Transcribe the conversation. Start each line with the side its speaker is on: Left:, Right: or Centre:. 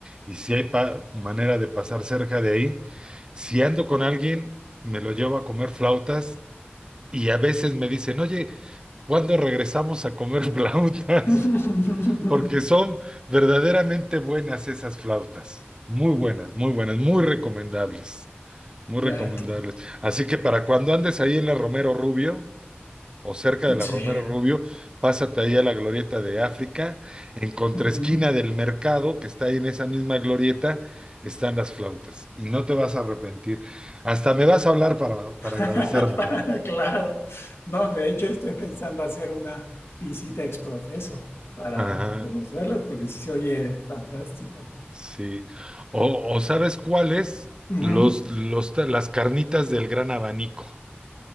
Right: y si hay pa- manera de pasar cerca de ahí, si ando con alguien, me lo llevo a comer flautas y a veces me dicen, oye, ¿cuándo regresamos a comer <laughs> flautas?
Left: <laughs>
Right: Porque son verdaderamente buenas esas flautas, muy buenas, muy buenas, muy recomendables. Muy
Left: Dato.
Right: recomendables. Así que para cuando andes ahí en la Romero Rubio, o cerca de la Romero
Left: Sí.
Right: Rubio, pásate ahí a la glorieta de África, en contraesquina
Left: Ujú.
Right: del mercado, que está ahí en esa misma glorieta, están las flautas, y no te vas a arrepentir. Hasta me vas a hablar para,
Left: <laughs>
Right: para agradecérmelo.
Left: Claro, no, de hecho estoy pensando hacer una visita ex profeso para
Right: Ajá,
Left: conocerlas porque sí se oye fantástico.
Right: sí. O, o ¿sabes cuáles?
Left: Ujú,
Right: Los, los, las carnitas del Gran Abanico.